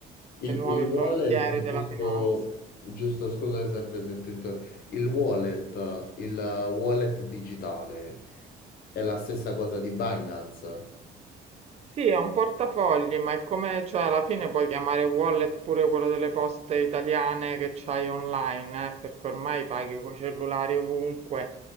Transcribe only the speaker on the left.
Il,
il wallet,
giusto,
giusto, scusami sempre se ti inter- il tinto- il wallet, il wallet digitale è la stessa cosa di Binance.